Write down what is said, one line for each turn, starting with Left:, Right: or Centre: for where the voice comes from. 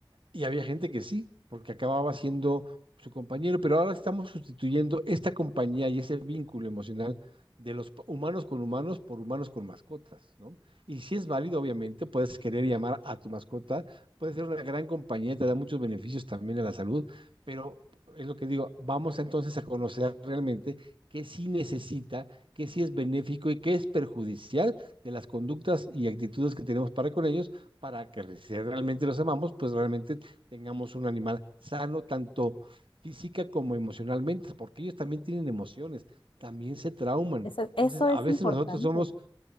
Right: Y había gente que sí, porque acababa siendo su compañero, pero ahora estamos sustituyendo esta compañía y ese vínculo emocional de los p- humanos con humanos por humanos con mascotas, ¿no? Y si es válido, obviamente, puedes querer y amar a tu mascota, puede ser una gran compañía, te da muchos beneficios también a la salud, pero es lo que digo, vamos entonces a conocer realmente qué sí necesita, qué sí es benéfico y qué es perjudicial de las conductas y actitudes que tenemos para con ellos, para que si realmente los amamos, pues realmente tengamos un animal sano, tanto física como emocionalmente, porque ellos también tienen emociones, también se trauman.
Left: Eso,
Right: Entonces,
Left: eso es
Right: a veces
Left: importante
Right: nosotros somos,